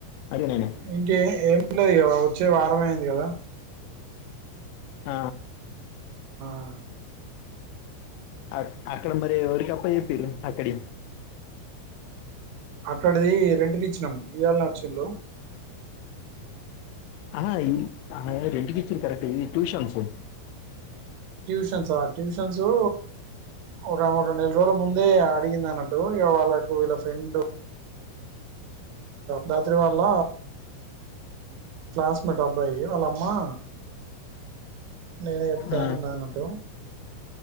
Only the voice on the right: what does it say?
ఇంకే ఏమున్నది. ఇగా వచ్చే వారం అయింది. కదా
ఆహ
అట్లోడిది రెంట్ కిచ్చినం ఇయాలనే వచ్చిలు
ట్యూషనసా, ట్యూషన్సు ఒక ఆమె రెండు నెల రోజుల ముందే అడిగిందనట్టు, ఇగా వాళ్ళకు వీళ్ళ ఫ్రెండు దాత్రి వాళ్ళ కలాన్స్మేట్ అబ్బాయి వాళ్ళమ్మా నేనే చెప్తాను
నాన్నటు.